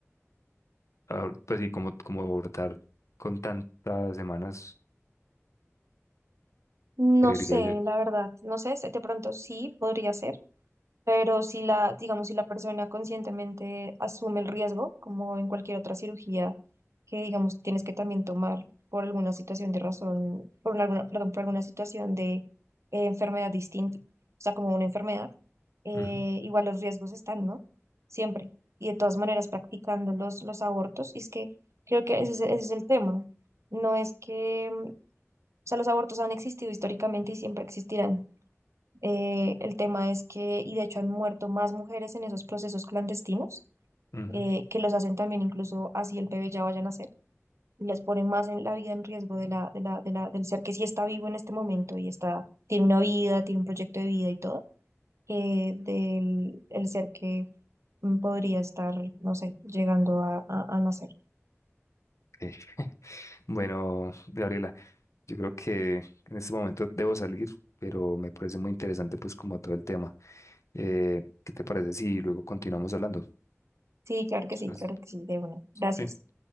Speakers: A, on the left; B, on the right.
A: ahor- pues sí, como, como abortar con tantas semanas,
B: No
A: creería
B: sé,
A: yo.
B: la verdad, no sé, de pronto sí podría ser. Pero si la, digamos, si la persona conscientemente asume el riesgo, como en cualquier otra cirugía, que digamos tienes que también tomar por alguna situación de razón, por una- alguna, perdón, por alguna situación de eh, enfermedad distinta, o sea, como una enfermedad, eh,
A: Ujú,
B: igual los riesgos están, ¿no? Siempre. Y de todas maneras practicando los, los abortos, y es que creo que ese es, ese es el tema. No es que, mm, o sea, los abortos han existido históricamente y siempre existirán. Eh, el tema es que, y de hecho han muerto más mujeres en esos procesos clandestinos,
A: ujú.
B: eh, que los hacen también incluso así el bebé ya vaya a nacer, y les pone más en la vida en riesgo de la, de la, de la, del ser que sí está vivo en este momento y está, tiene una vida, tiene un proyecto de vida y todo, eh, del el ser que mm, podría estar, no sé, llegando a, a, a nacer.
A: Ok. <laughs> Bueno, Gabriela, yo creo que en este momento debo salir, pero me parece muy interesante pues como todo el tema. Eh, ¿qué te parece si luego continuamos hablando?
B: Sí, claro que sí,
A: Entonces,
B: claro que sí, de una. Gracias.
A: Sí.